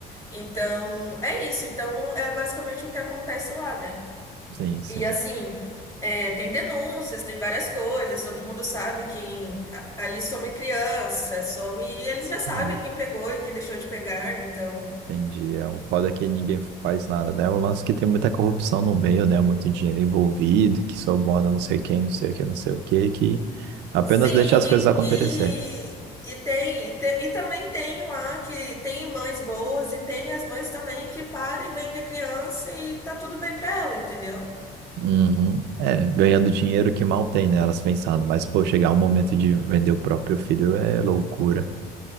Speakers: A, on the left; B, on the right.
A: Então, é isso. Então, é basicamente o que acontece lá, né?
B: sim, sim.
A: E assim, é, tem denúncias, tem várias coisas, todo mundo sabe quem. a- Ali some criança, some. e Eles já sabem
B: É,
A: quem pegou e quem deixou de pegar, então.
B: entendi. É, o foda é que ninguém faz nada, né? O lance é que tem muita corrupção no meio, né? Muito dinheiro envolvido, que suborna não sei quem, não sei o que, não sei o que, que apenas
A: Sim,
B: deixa as
A: e,
B: coisas acontecer.
A: e, e tem, e, te- e também tem lá que tem mães boas e tem as mães também que param e vendem a criança e tá tudo bem pra ela, entendeu?
B: Uhum. É, ganhando dinheiro que mal tem, né? Elas pensando, mas pô, chegar o momento de vender o próprio filho é loucura.